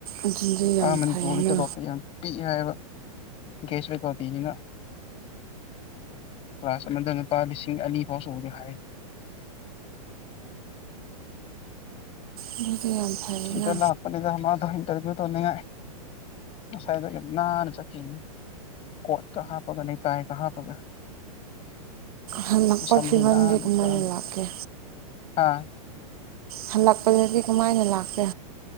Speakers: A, on the right (about 70°); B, on the left (about 30°).
A: ꯑꯗꯨꯗꯤ ꯌꯥꯝ
B: ꯑꯥ ꯃꯅꯤꯄꯨꯔꯗꯤ
A: ꯐꯩꯌꯦꯅ
B: ꯇꯂꯣꯞꯇ ꯌꯥꯝ ꯄꯤꯛꯏ ꯍꯥꯏꯕ ꯦꯁꯔ ꯀꯥꯎꯇꯅꯤꯅ ꯀ꯭ꯂꯥꯁ ꯑꯃꯗ ꯂꯨꯄꯥ ꯂꯤꯁꯤꯡ ꯑꯅꯤ ꯐꯥꯎ ꯁ ꯎꯗꯦ ꯍꯥꯏ <unintelligible>
A: ꯑꯗꯨꯗꯤ ꯌꯥꯝ ꯐꯩꯌꯦꯅ
B: ꯇ ꯂꯥꯛꯄꯅꯤꯗ ꯏꯟꯇꯔꯚꯤꯨꯅꯤꯡꯉꯥꯏ ꯉꯁꯥꯏ ꯅꯅ ꯆꯀꯤ ꯀꯣꯠ ꯀꯥ ꯄꯒ ꯅꯩꯅ ꯇꯥꯑ ꯀꯥ ꯄꯒ
A: ꯍꯜꯂꯛꯄ
B: ꯁꯖꯨ
A: ꯐꯤꯕꯝꯗꯤ
B: ꯅ
A: ꯀꯃꯥꯏꯅ
B: ꯀꯒ
A: ꯂꯥꯛꯀꯦ
B: ꯍꯥꯥ
A: ꯍꯜꯂꯛꯄꯖꯇ ꯀꯃꯥꯏꯅ ꯂꯥꯛꯄꯦ